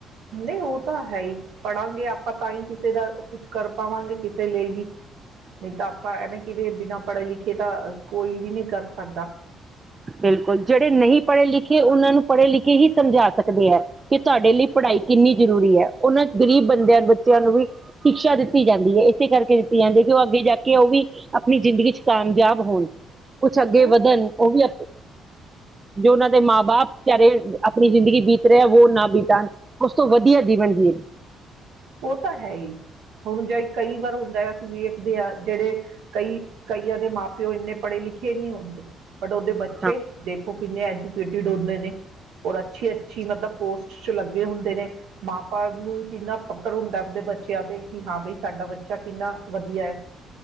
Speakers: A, on the right (about 85°); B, on the right (about 20°).
A: ਨਹੀਂ ਉਹ ਤਾਂ ਹੈ ਹੀ ਪੜਾਂਗੇ ਆਪਾਂ ਤਾਂ ਹੀ ਕਿਸੇ ਦਾ ਕੁਛ ਕਰ ਪਾਵਾਂਗੇ ਕਿਸੇ ਲਈ ਵੀ। ਨਹੀਂ ਤਾਂ ਆਪਾਂ ਐਵੇਂ ਕਿ ਵੀ ਬਿਨਾਂ ਪੜ੍ਹੇ ਲਿਖੇ ਤਾਂ ਕੋਈ ਵੀ ਨਹੀਂ ਕਰ ਸਕਦਾ।
B: ਬਿਲਕੁਲ ਜਿਹੜੇ ਨਹੀਂ ਪੜ੍ਹੇ ਲਿਖੇ ਉਹਨਾਂ ਨੂੰ ਪੜ੍ਹੇ ਲਿਖੇ ਹੀ ਸਮਝਾ ਸਕਦੇ ਹੈ। ਕਿ ਤੁਹਾਡੇ ਲਈ ਪੜ੍ਹਾਈ ਕਿੰਨੀ ਜ਼ਰੂਰੀ ਹੈ, ਉਹਨਾਂ ਗਰੀਬ ਬੰਦਿਆਂ ਬੱਚਿਆਂ ਨੂੰ ਵੀ ਸ਼ਿਕਸ਼ਾ ਦਿੱਤੀ ਜਾਂਦੀ ਹੈ, ਇਸੇ ਕਰਕੇ ਦਿੱਤੀ ਜਾਂਦੀ ਹੈ ਕਿ ਉਹ ਅੱਗੇ ਜਾ ਕੇ ਉਹ ਵੀ ਆਪਣੀ ਜ਼ਿੰਦਗੀ ਚ ਕਾਮਯਾਬ ਹੋਣ। ਕੁਛ ਅੱਗੇ
A: ਉਹ
B: ਵਧਣ ਉਹ ਵੀ ਜੋ ਉਹਨਾਂ ਦੇ ਮਾਂ ਬਾਪ ਵਿਚਾਰੇ ਆਪਣੀ ਜ਼ਿੰਦਗੀ ਬੀਤ ਰਿਹਾ, ਉਹੋ ਨਾ ਬੀਤਾਣ ਸਭ ਤੋਂ ਵਧੀਆ ਜੀਵਨ ਜੀਓਣ।
A: ਉਹ ਤਾਂ ਹੈ ਹੀ ਹੁਣ ਜੇ ਕਈ ਵਾਰ ਹੁੰਦਾ ਆ ਵੇਖਦੇ ਆ ਜਿਹੜੇ ਕਈ ਕਈਆਂ ਦੇ ਮਾਪ ਪਿਓ ਇੰਨੇ ਪੜ੍ਹੇ ਲਿਖੇ ਨਹੀਂ ਹੁੰਦੇ। ਬਟ ਉਹਦੇ ਬੱਚੇ
B: ਹਾਂ
A: ਦੇਖੋ ਖੋ ਕਿੰਨੇ ਐਜੂਕੇਟਿਡ ਹੁੰਦੇ ਨੇ। ਔਰ ਅੱਛੀ ਅੱਛੀ ਮਤਲਬ ਪੋਸਟ ਚ ਲੱ ਗੇ ਹੁੰਦੇ ਨੇ ਮਾਂ ਬਾਪ ਨੂ ਵੀ ਕਿੰਨਾ ਫਖਰ ਹੁੰਦਾ ਆਪਦੇ ਬੱਚਿਆਂ ਤੇ ਕਿ ਹਾਂ, ਬਾਈ ਸਾਡਾ ਬੱਚਾ ਕਿੰਨਾ ਵਧੀਆ ਹੈ।